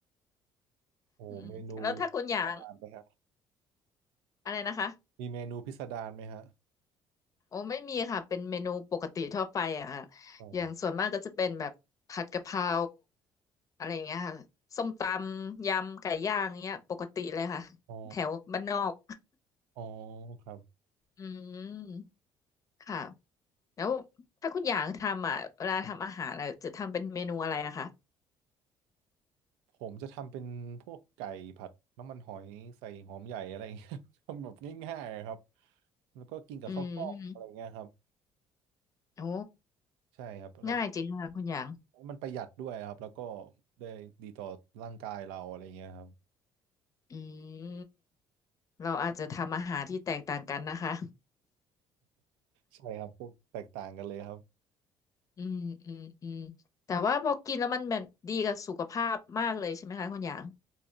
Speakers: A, on the right; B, on the left.
A: โอ้เมนู
B: อืมแล้วถ้าคุณอยาง
A: ตามไปครับ
B: อะไรนะคะ
A: มีเมนูพิสดารไหมฮะ
B: โอ้ไม่มีค่ะเป็นเมนูปกติทั่วไปอะค่ะ
A: อ๋อ
B: อย่างส่วนมากก็จะเป็นแบบผัดกะเพราอะไรอย่างเงี้ยค่ะส้มตำยำไก่ย่างเงี้ยปกติเลยค่ะแถวบ้านนอก
A: อ๋ออ๋อครับ
B: อืมค่ะแล้วถ้าคุณอยางทำอ่ะเวลาทำอาหารอะจะทำเป็นเมนูอะไรอะคะ
A: ผมจะทำเป็นพวกไก่ผัดน้ำมันหอยใส่หอมใหญ่อะไรเงี้ย <laughs> ทำแบบง่ายๆอะครับแล้วก็กินกับข้าวกล้องอะไรเงี้ยครับ
B: อืมโอ้
A: ใช่ครับอะไร
B: ง่ายจริงค่ะคุณหยาง
A: มันประหยัดด้วยครับแล้วก็ได้ดีต่อร่างกายเราอะไรเงี้ยครับ
B: อืมเราอาจจะทำอาหารที่แตกต่างกันนะคะ
A: ใช่ครับพวกแตกต่างกันเลยครับ
B: อืมอืมอืมแต่ว่าพอกินแล้วมันแบบดีกับสุขภาพมากเลยใช่ไหมคะคุณหยาง